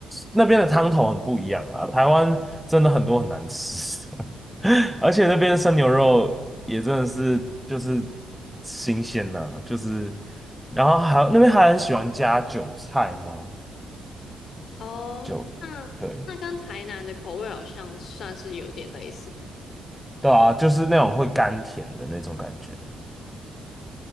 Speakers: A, in the centre; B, on the left.
A: 那边的汤头很不一样啊。台湾真的很多很难吃，<laughs> 而且那边生牛肉也真的是就是新鲜呐、就是，然后还有那边还很喜欢加韭菜吗？
B: 哦，
A: 就对
B: 那那跟台南的口味好像算是有点类似。
A: 对啊，就是那种会甘甜的那种感觉。